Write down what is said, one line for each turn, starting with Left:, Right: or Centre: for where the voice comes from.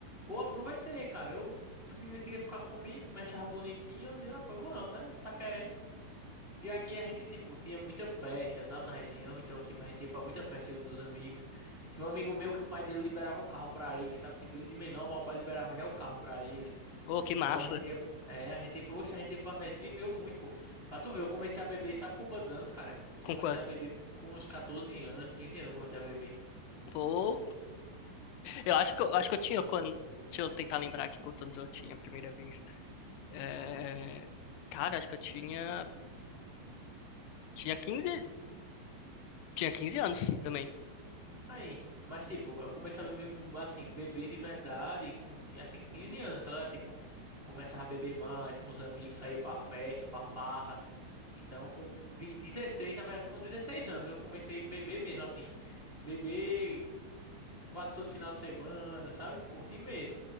Right: Pô, aproveitei, cara. Eu, a menina queria ficar comigo, me achava bonitinho. Eu disse, ah, pô, vamos, né? Tá querendo. E aqui a gente, tipo, tinha muita festa, sabe, na região. Então, tipo, a gente ia pra muita festa, eu e meus amigos. Tinha um amigo meu que o pai dele liberava o carro pra ele, sabe? Tipo, ele de menor, mas o pai liberava já o carro pra ele.
Left: Ô, que
Right: Então
Left: massa.
Right: a gente ia. É, a gente ia, poxa, a gente ia pra festa. Viveu muito, pô. Pra tu ver, eu comecei a beber, sabe com quantos anos, cara? Eu comecei
Left: Com quanto?
Right: a beber com uns 14 anos, 15 anos, eu comecei a beber.
Left: Pô, eu acho que eu, acho que eu tinha quando... Deixa eu tentar lembrar aqui quantos anos eu tinha a primeira vez. É... Cara, acho que eu tinha. Tinha 15 tinha 15 anos também.
Right: Aí, mas tipo, eu comecei a beber, assim, beber de verdade com, assim, 15 anos, tá ligado? Tipo, começava a beber mais com os amigos, saía pra festa, pra farra. Então, com de 16, na verdade, com 16 anos, eu comecei a beber mesmo, assim. Beber quase todo final de semana, sabe? Curtir mesmo.